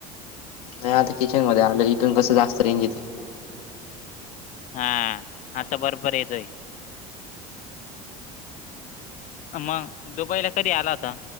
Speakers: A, on the left (about 80°); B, on the left (about 45°).
A: नाही आता किचन मध्ये आलं इथून कसं जास्त रेंजेते
B: हा आता बरोबर येतोय मग दुबईला कधी आला होता